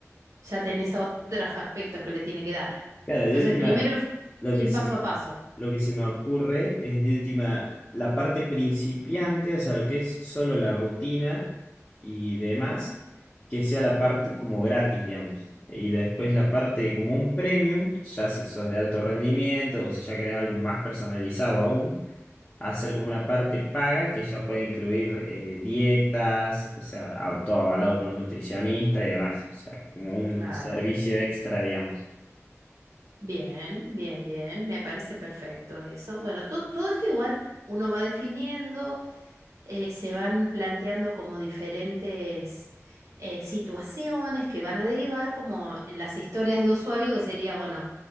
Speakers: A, on the right; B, on the left.
A: ya tenés otros aspectos que le tiene que dar.
B: Claro, de
A: Entonces,
B: última,
A: primero enf-
B: lo
A: ir
B: que se
A: paso
B: me,
A: a paso.
B: o- lo que se me ocurre es de última la parte principiante, o sea, lo que es solo la rutina y demás, que sea la parte como gratis, digamos. Y después la parte como un premium, ya si sos de alto rendimiento o si ya querés algo más personalizado aún, hacer como una parte paga que ya puede incluir eh, dietas, o sea, a- todo avalado por un nutricionista y demás, o sea, como un
A: Claro.
B: servicio extra, digamos.
A: Bien, bien, bien. Me parece perfecto eso. Bueno, to- todo esto igual uno va definiendo. eh, se van planteando como diferentes eh, situaciones que van a derivar como en las historias de usuario, que sería, bueno,